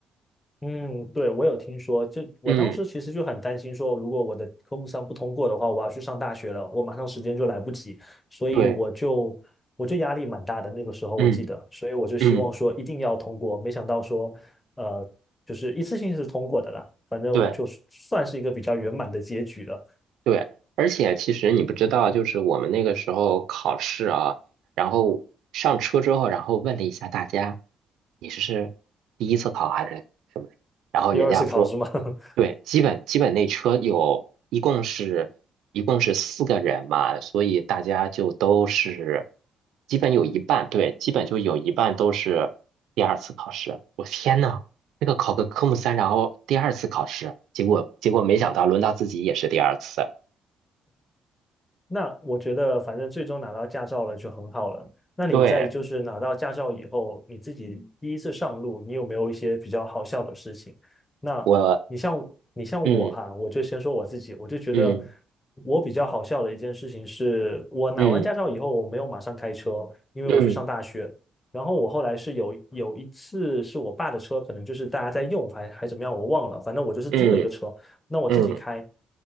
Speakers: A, on the left; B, on the right.
A: 嗯，对，我有听说，就我当时其实就很担心说，
B: 嗯，
A: 如果我的科目三不通过的话，我要去上大学了，我马上时间就来不及，所以我就我就压力蛮大的。
B: 对，
A: 那个时候我记得，
B: 嗯
A: 所以我就希望说一定要通过，
B: 嗯，
A: 没想到说，呃，就是一次性是通过的啦，反正就是算是一个比较圆满的结局了。
B: 对。对，而且其实你不知道，就是我们那个时候考试啊，然后上车之后，然后问了一下大家，你是是第一次考还是？然后人家说，
A: 第二次考试嘛，<laughs>
B: 对，基本基本那车有一共是一共是四个人嘛，所以大家就都是基本有一半，对，基本就有一半都是第二次考试。我天呐，那个考个科目三，然后第二次考试，结果结果没想到轮到自己也是第二次。
A: 那我觉得，反正最终拿到驾照了就很好了。那你在就是拿到驾照以后，
B: 对，
A: 你自己第一次上路，你有没有一些比较好笑的事情？那你像你像我哈，
B: 我嗯
A: 我就先说我自己，我就觉得
B: 嗯
A: 我比较好笑的一件事情是，我拿完驾照以后，
B: 嗯
A: 我没有马上开车，因为我去上大学。
B: 嗯
A: 然后我后来是有有一次是我爸的车，可能就是大家在用，还还怎么样，我忘了，反正我就是租了一个车。
B: 嗯
A: 那我自己开，
B: 嗯